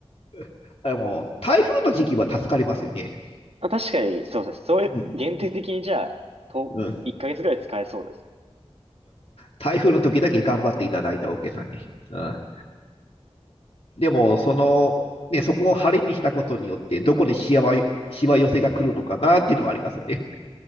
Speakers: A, on the left; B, on the right.
A: <laughs> でも台風の時期は助かりますよね。
B: まあ、確かに、そうです。そういう、
A: うん。
B: 限定的にじゃあ、と、
A: うんうん
B: 1ヶ月ぐらい使えそうですね。
A: 台風の時だけ頑張っていただいて、オーケーさんに。うんでも、その、ね、そこを晴れにしたことによって、どこでしわ、しわ寄せが来るのかなっていうのもありますよね。